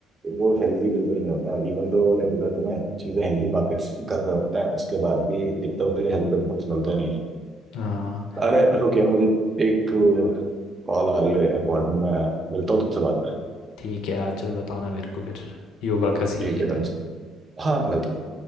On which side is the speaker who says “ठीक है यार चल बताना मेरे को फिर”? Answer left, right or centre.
Left